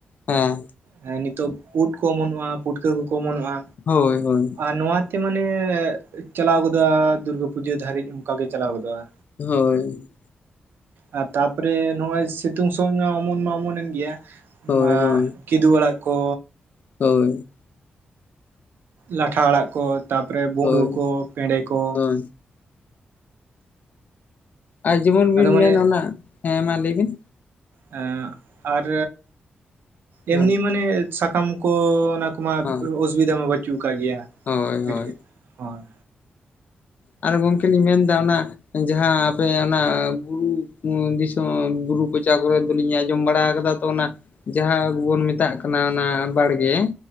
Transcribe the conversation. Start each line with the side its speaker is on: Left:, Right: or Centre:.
Left: ᱦᱮᱸ
Right: ᱦᱮᱸ ᱱᱤᱛᱚᱜ ᱩᱫ ᱠᱚ ᱚᱢᱚᱱᱚᱜᱼᱟ ᱯᱩᱴᱠᱟᱹ ᱠᱚᱠᱚ ᱚᱢᱚᱱᱚᱜᱼᱟ᱾
Left: ᱦᱳᱭ ᱦᱳᱭ
Right: ᱟᱨ ᱱᱚᱣᱟᱛᱮ ᱢᱟᱱᱮ ᱪᱟᱞᱟᱣ ᱜᱚᱫᱚᱜᱼᱟ ᱫᱩᱨᱜᱟᱹ ᱯᱩᱡᱟᱹ ᱫᱷᱟᱹᱨᱤᱡ ᱚᱱᱠᱟ ᱜᱮ ᱪᱟᱞᱟᱣ ᱜᱚᱫᱚᱜᱼᱟ᱾
Left: ᱦᱳᱭ
Right: ᱟᱨ ᱛᱟᱨᱯᱚᱨᱮ ᱱᱚᱜᱼᱚᱭ ᱥᱤᱛᱩᱝ ᱥᱚᱢᱚᱭ ᱢᱟ ᱚᱢᱚᱱ ᱢᱟ ᱚᱢᱚᱱᱮᱱ ᱜᱮᱭᱟ᱾
Left: ᱦᱳᱭ
Right: ᱢᱟ
Left: ᱦᱳᱭ
Right: ᱠᱤᱫᱩ ᱟᱲᱟᱜ ᱠᱚ᱾
Left: ᱦᱳᱭ
Right: ᱞᱟᱴᱷᱟ ᱟᱲᱟᱜ ᱠᱚ ᱛᱟᱯᱚᱨᱮ ᱵᱩᱸᱰᱩ
Left: ᱦᱳᱭ
Right: ᱠᱚ ᱯᱮᱰᱮ ᱠᱚ
Left: ᱦᱳᱭ ᱟᱨ ᱡᱮᱢᱚᱱ
Right: ᱟᱫᱚ
Left: ᱵᱤᱱ
Right: ᱢᱟᱱᱮ
Left: ᱢᱮᱱ ᱚᱱᱟ ᱦᱮᱸ ᱢᱟ ᱞᱟᱹᱭᱵᱤᱱ᱾
Right: ᱦᱮᱸ ᱟᱨ
Left: ᱦᱳᱭ
Right: ᱮᱢᱱᱤ ᱢᱟᱱᱮ ᱥᱟᱠᱟᱢ ᱠᱚ ᱚᱱᱟ᱾ ᱢᱟ
Left: ᱦᱳᱭ
Right: ᱚᱥᱩᱵᱤᱫᱟ ᱢᱟ ᱵᱟᱹᱪᱩᱜ ᱟᱠᱟᱫ ᱜᱮᱭᱟ
Left: ᱦᱳᱭ
Right: ᱮᱴᱠ
Left: ᱦᱳᱭ
Right: ᱦᱳᱭ᱾
Left: ᱟᱨ ᱜᱚᱝᱠᱮ ᱞᱤᱧ ᱢᱮᱱᱫᱟ ᱚᱱᱟ᱾ ᱡᱟᱦᱟᱸ ᱟᱯᱮ ᱚᱱᱟ ᱵᱩᱨᱩ ᱫᱤᱥᱚᱢ ᱵᱩᱨᱩ ᱠᱚᱪᱟ ᱠᱚᱨᱮ ᱟᱫᱚ ᱞᱤᱧ ᱟᱸᱡᱚᱢ ᱵᱟᱲᱟ ᱠᱟᱫᱟ ᱛᱚ ᱚᱱᱟ ᱡᱟᱦᱟᱸ ᱵᱚᱱ ᱢᱮᱛᱟᱜ ᱠᱟᱱᱟ ᱚᱱᱟ ᱵᱟᱲᱜᱮ᱾